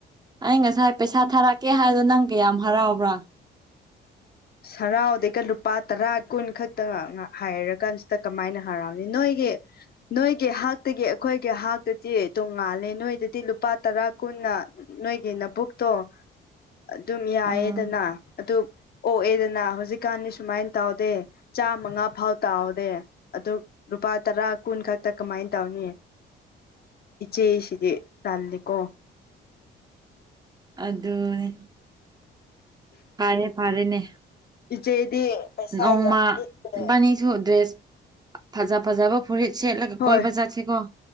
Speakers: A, on the right; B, on the left.
A: ꯑꯩ ꯉꯁꯥꯏ ꯄꯩꯁꯥ ꯊꯥꯔꯛꯀꯦ ꯍꯥꯏꯗꯣ ꯅꯪ ꯀꯌꯥꯝ ꯍꯔꯥꯎꯕ꯭ꯔꯥ <inaudible>
B: ꯍꯔꯥꯎꯗꯩꯒ ꯂꯨꯄꯥ ꯇꯔꯥ ꯀꯨꯟ ꯈꯛꯇ ꯍꯥꯏꯔ ꯀꯥꯟꯁꯤꯗ ꯀꯃꯥꯏꯅ ꯍꯔꯥꯎꯅꯤ ꯅꯣꯏꯒꯤ ꯅꯣꯏꯒꯤ ꯍꯥꯛꯇꯒꯤ ꯑꯩꯈꯣꯏꯒꯤ ꯍꯥꯛꯇꯗꯤ ꯇꯣꯡꯉꯥꯜꯂꯦ ꯅꯣꯏꯗꯗꯤ ꯂꯨꯄꯥ ꯇꯔꯥ ꯀꯨꯟꯅ ꯅꯣꯏꯒꯤ ꯅ ꯄꯨꯛꯇꯛꯇꯣ
A: <inaudible>
B: ꯑꯗꯨꯝ ꯌꯥꯏꯌꯦꯗꯅ
A: ꯎꯝ
B: ꯑꯗꯨ ꯑꯣ ꯑꯦꯗꯅꯥ ꯍꯧꯖꯤꯛꯀꯥꯟꯗꯤ ꯁꯨꯃꯥꯏꯅ ꯇꯧꯗꯦ ꯆꯥꯃꯉꯥ ꯐꯥꯎ ꯇꯥꯎꯍꯗꯦ ꯑꯗꯨ ꯂꯨꯄꯥ ꯇꯔꯥ ꯀꯨꯟ ꯈꯛꯇ ꯀꯃꯥꯏꯅ ꯇꯧꯅꯤꯌꯦ
A: <unintelligible>
B: ꯏꯆꯦ ꯁꯤꯗꯤ ꯇꯜꯜꯂꯤꯦꯀꯣ
A: ꯑꯗꯨꯗꯅꯦ ꯐꯥꯔꯦ ꯐꯥꯔꯦꯅꯦ
B: ꯏꯆꯦꯗꯤ ꯄꯩꯁꯥ
A: ꯅꯣꯡꯣꯡꯃ
B: ꯌꯥꯝ ꯂꯤꯛꯂꯦ
A: ꯅꯤꯁꯨ ꯗ꯭ꯔꯦꯁ ꯐꯖ ꯐꯖꯕ ꯐꯨꯔꯤꯠ ꯁꯦꯠꯂꯒ
B: ꯍꯣꯏ
A: ꯀꯣꯏꯕ ꯆꯠꯁꯤꯀꯣ